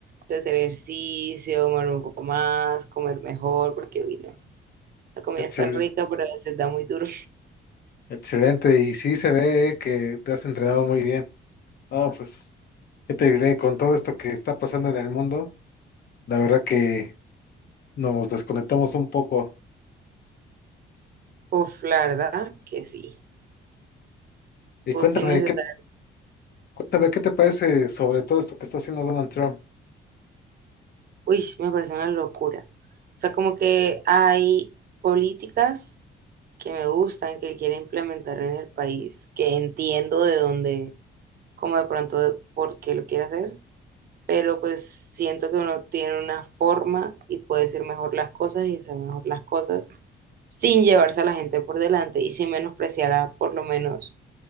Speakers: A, on the right; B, on the left.
A: De hacer ejercicio, mover un poco más, comer mejor, porque uy, no. La comida
B: Excel,
A: es tan rica, pero a veces da muy duro.
B: excelente, y sí se ve que te has entrenado muy bien. No, pues, ¿qué te diré? Con todo esto que está pasando en el mundo, la verdad que nos desconectamos un poco.
A: Uf, la verdad que sí.
B: Y
A: Justo
B: cuéntame,
A: y necesario.
B: ¿qué, cuéntame, ¿qué te parece sobre todo esto que está haciendo Donald Trump?
A: Uy, me parece una locura. O sea, como que hay políticas que me gustan, que quiere implementar en el país, que entiendo de dónde, como de pronto de por qué lo quiere hacer, pero pues siento que uno tiene una forma y puede decir mejor las cosas y hacer mejor las cosas sin llevarse a la gente por delante y sin menospreciar a por lo menos